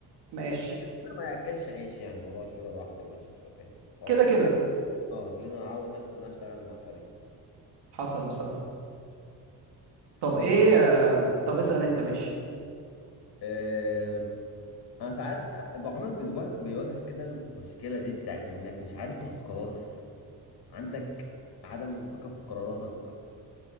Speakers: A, on the right; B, on the left.
A: ماشي
B: بس كده كده ما ياكلش عيش يعني موضوع الشغل لوحدك ده عشان تبقى فاهم فهو
A: كده
B: كده
A: كده
B: كده لازم اه لازم اعود نفسي ان انا اشتغل مع فريق
A: حصل بصراحه طب
B: طيب
A: ايه آه، طب اسال انت ماشي
B: أم... انا ساعات بقى عمرك بيواجه- بيواجهك كده المشكلة دي بتاعت انك مش عارف تاخد قرار عندك عدم ثقة في قراراتك